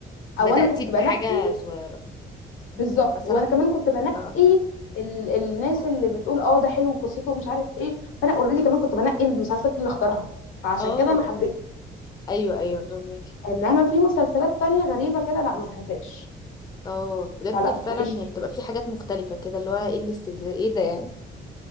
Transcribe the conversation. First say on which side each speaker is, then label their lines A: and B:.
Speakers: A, on the left (about 20°); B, on the left (about 85°).
A: بدأتي
B: او انا كنت بنقي
A: بحاجة صغيرة
B: بالظبط
A: مثلا
B: وانا كمان كنت بنقي
A: اه
B: ال... الناس اللي بتقول اه ده حلو قصته ومش عارف ايه فانا اوريدي كمان كنت بنقي المسلسلات اللي اختارها فعشان
A: اه
B: كده انا حبيت
A: ايوه ايوه فاهمك
B: انما في مسلسلات تانية غريبة كده لا ما بحبهاش
A: اه بجد
B: فلا
A: فعلا
B: ماليش
A: هي
B: فيه
A: بتبقى
B: بقى.
A: في حاجات مختلفة كده اللي هو ايه الاستفزاز ايه ده يعني